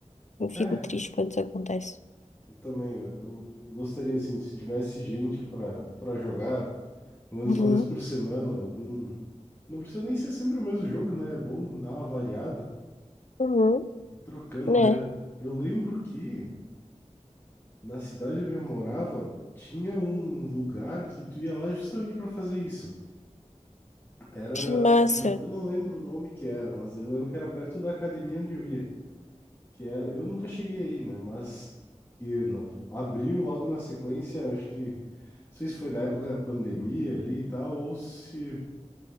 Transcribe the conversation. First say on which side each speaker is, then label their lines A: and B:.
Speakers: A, on the left; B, on the left.
A: Eu fico
B: É,
A: triste quando isso acontece.
B: eu também, eu, eu gostaria, assim, se tivesse gente para para jogar, pelo menos
A: Uhum,
B: uma vez por semana, algum... Não precisa nem ser sempre o mesmo jogo, né? É bom dar uma variada
A: uhum,
B: e trocando,
A: né?
B: né? Eu lembro que na cidade onde eu morava, tinha um lugar que tu ia lá justamente para fazer isso. Era,
A: Que massa.
B: eu não lembro o nome que era, mas eu lembro que era perto da academia onde eu ia, que era, eu nunca cheguei aí, né, mas que no- abriu logo na sequência, acho que, não sei se foi na época da pandemia ali e tal, ou se,